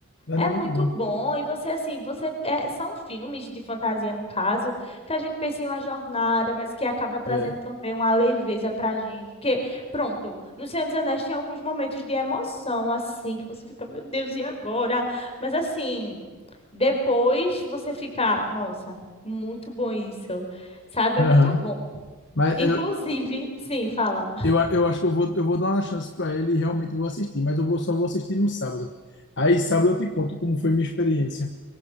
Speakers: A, on the left (about 55°); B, on the left (about 25°).
A: Narnia
B: é
A: é
B: muito
A: muito bom.
B: bom. E você, assim, você é, são filmes de fantasia, no caso, que a gente pensa em uma jornada, mas que acaba trazendo
A: É.
B: também uma leveza pra gente. Porque, pronto, no Senhor dos Anéis tem alguns momentos de emoção, assim, que você fica, meu Deus, e agora? Mas, assim, depois você fica, nossa, muito bom isso. Sabe?
A: Aham.
B: É muito bom.
A: Mas
B: Inclusive,
A: eu,
B: sim, fala.
A: eu, a- eu acho que eu vou, eu vou dar uma chance para ele e realmente vou assistir, mas eu vou, só vou assistir no sábado. Aí sábado eu te conto como foi minha experiência.